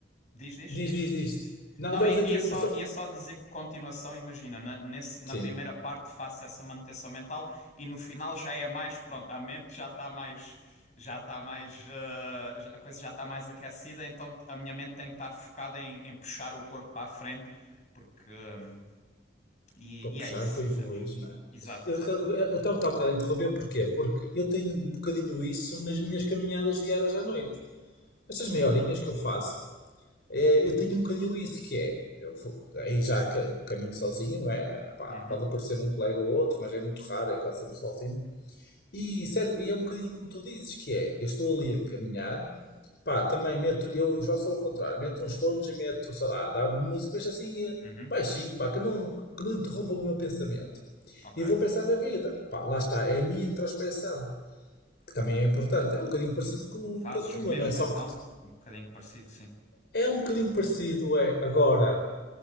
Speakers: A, on the left; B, on the left.
A: diz, diz,
B: Diz,
A: diz.
B: diz, diz. Não,
A: Não,
B: não,
A: ia,
B: é que
A: ia
B: eu
A: só,
B: só-
A: ia só dizer que continuação, imagina, na, nesse- na
B: Sim,
A: primeira parte faço essa manutenção mental e no final já é mais, pronto, a mente já está mais, já está mais, eh, já- a coisa já está mais aquecida, então a minha mente tem que estar focada em, em puxar o corpo para a frente, porque, hum, e,
B: para puxares,
A: e é isso,
B: para evoluires,
A: percebes?
B: não é?
A: Exato,
B: eu
A: exato.
B: eu estava estava um bocado a interromper, porquê? Porque eu tenho um bocadinho isso nas minhas caminhadas diárias à noite. Estas
A: Sim.
B: meia horinhas que eu faço, é, eu tenho um bocadinho isso, que é, eu vou- aí já ca- caminho sozinho, não é? Pá,
A: Uhum,
B: pode aparecer um colega ou outro, mas é muito raro, é quase sempre sozinho. E, sério, e é um bocadinho como tu dizes, que é, eu estou ali a caminhar, Pá, também meto, eu já sou ao contrário, meto uns fones e meto, sei lá, dar uma música, mas assim eh,
A: uhum,
B: baixinho, pá, que não, que não interrompa o meu pensamento.
A: ok.
B: E vou pensar na vida. Pá, lá está, é a minha introspecção que também é importante. É um bocadinho parecido com,
A: Fazes
B: com a tua,
A: o mesmo
B: não é? Só
A: então?
B: que t-
A: Um bocadinho parecido, sim.
B: é um bocadinho parecido, é. Agora,